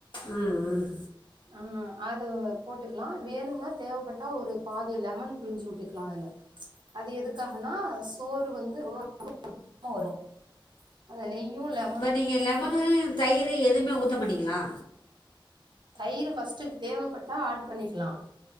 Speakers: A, on the left (about 65°); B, on the right (about 60°).
A: ம் ம்
B: ம் அது போட்டுகலா வேணும்னா தேவபட்டா ஒரு பாதி லெமன் பிழுஞ்சு விட்டுக்கலா அதுல அது எதுக்காகனா சோறு வந்து ஒன்னு <unintelligible> வரு அந்த நெய்யு லெம
A: அப்ப நீங்க லெமனு தயிரு எதுமே ஊத்த மாடிங்களா
B: தயிர் ஃபஸ்ட் தேவபட்டா ஆட் பண்ணிக்லா